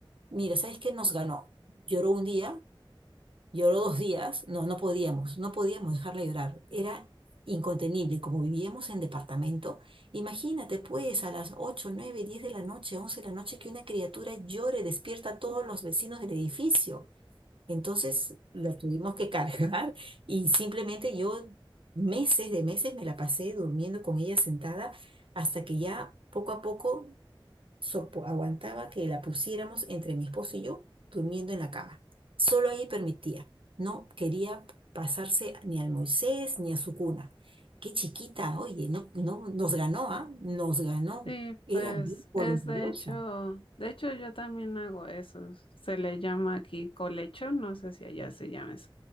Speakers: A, on the right (about 70°); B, on the left (about 75°).
A: Mira, ¿sabes qué nos ganó? Lloró un día, lloró dos días, no, no podíamos, no podíamos dejarla llorar, era incontenible y como vivíamos en departamento, imagínate pues a las 8, 9, 10 de la noche, 11 de la noche que una criatura llore, despierta a todos los vecinos del edificio. Entonces lo tuvimos que cargar <laughs> y simplemente yo meses de meses me la pasé durmiendo con ella sentada hasta que ya poco a poco sopo- aguantaba que la pusiéramos entre mi esposo y yo durmiendo en la cama. Solo ahí permitía. No quería pasarse ni al Moisés ni a su cuna. Qué chiquita, oye, no, no, nos ganó, ¿ah? Nos ganó.
B: Sí,
A: Era
B: pues
A: bien voluntariosa.
B: es de hecho, de hecho yo también hago eso. Se le llama aquí colecho, no sé si allá se llama eso,